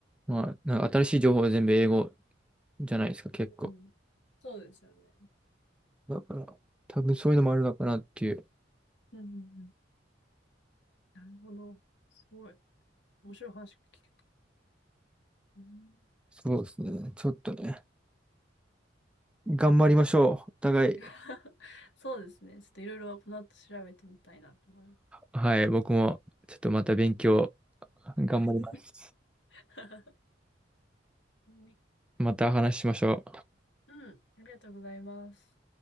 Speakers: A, in the centre; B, on the left.
A: まあ、なんか新しい情報は全部英語じゃないですか、結構。
B: うん。そうですよね。
A: だから、多分そういうのもあるのかなっていう。
B: うんうんうん。なるほど。すごい。面白い話を聞けた。うん
A: そうですね。ちょっとね。頑張りましょう。お互い。
B: <laughs> そうですね。ちょっといろいろこの後調べてみたいなと思います。
A: はい、僕もちょっとまた勉強頑張ります。
B: <laughs> はい。
A: また話しましょう。
B: <laughs> うん、ありがとうございます。